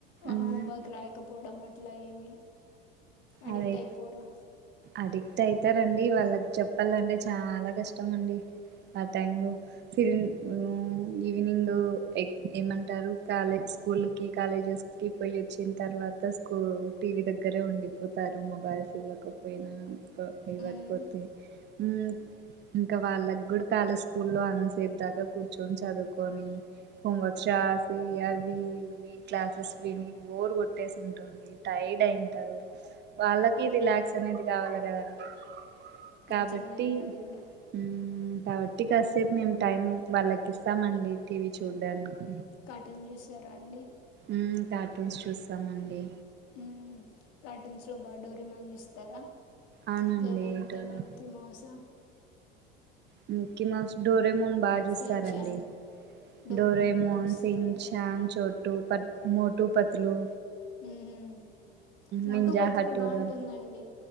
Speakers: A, on the left; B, on the right.
A: ఆ హా
B: మ్మ్
A: హోంవర్క్ రాయకపోడమట్ ఇట్లా ఏమి అడిక్ట్
B: అదై
A: అయిపోరా
B: అడిక్ట్ అయి తరండి వాళ్ళకి చెప్పాలంటే చాలా కష్టమండి ఆ టైం లో ఫిలిం మ్మ్ ఈవినింగ్ ఎక్ ఏమంటారు కాలే స్కూల్కి కాలేజెస్కి పోయి వచ్చిన తర్వాత స్కూ టీవీ దగ్గరే ఉండి తరు మొబైల్స్ ఇవ్వకపోయినా త
A: వాళ్ళకి
B: ఇవ్వకపోతే మ్మ్ ఇంకా వాళ్ళగూడా కల స్కూల్లో అంతసేపు దాకా కూర్చొని చదువుకొని హోంవర్క్స్ రాసి అవి ఇవి క్లాసెస్ విని బోర్ కొట్టేసింది డోంగ్లి టైర్డ్ అయింటారు వాళ్ళకి రిలాక్స్ అనేది కావాల కదండి కాబట్టి
A: నిజమేనండి అది కూడా
B: హ్మ్ కాబట్టి కాసేపు మేము టైం వాళ్ళకి ఇస్తామండి టీవీ చూడ్డానికి
A: కార్టూన్ చూస్తారా అండి
B: మ్మ్ కార్టూన్స్ చూస్తామండి
A: మ్మ్ కార్టూన్స్ లో బా డోరేమాన్ చూస్తారా
B: అవునండి
A: లేదంటే
B: ఇటు కూడా
A: మిక్కీ మౌసు
B: మ్మ్ క్కి మౌస్ డోరేమోన్ బా చూస్తారండి
A: సించాన్ డోరీమాన్
B: డోరేమోన్
A: బాగా చూస్తారా
B: సిన్ చాన్ చోటు పత్ మోటుపతులు
A: ఉహూమ్ మోటు
B: నింజా
A: పత్లు
B: హట్టూరా
A: బావుంటుందండి